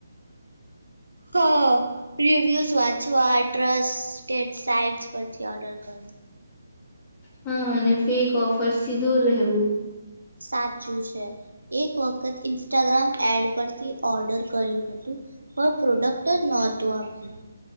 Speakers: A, on the right; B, on the left.
A: હા રિવ્યુઝ વાંચવા ટ્રસ્ટ સાઇટ પરથી ઓર્ડર કરવ
B: હા અને ફેક ઓફર થી દૂર રહેવું
A: સાચું છે એક વખત ઇન્સ્ટાગ્રામ એડ પરથી ઓર્ડર કર્યું હતું પણ પ્રોડક્ટ નહોતું આવ્યું